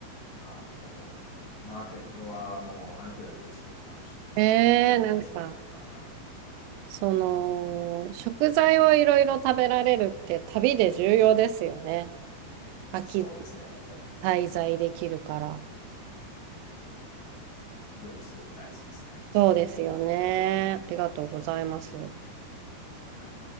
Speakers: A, on the left (about 85°); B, on the right (about 85°).
A: あの、マーケットはもう歩くだけですごく楽しいです。
B: えー、
A: 料理が好きであれば、
B: なんか。
A: はい。
B: その、食材をいろいろ食べられるって旅で重要ですよね。秋
A: そうですね。やっぱり
B: 滞在できるから。
A: 料理すごく大事ですね。
B: そうですよね。ありがとうございます。
A: はい。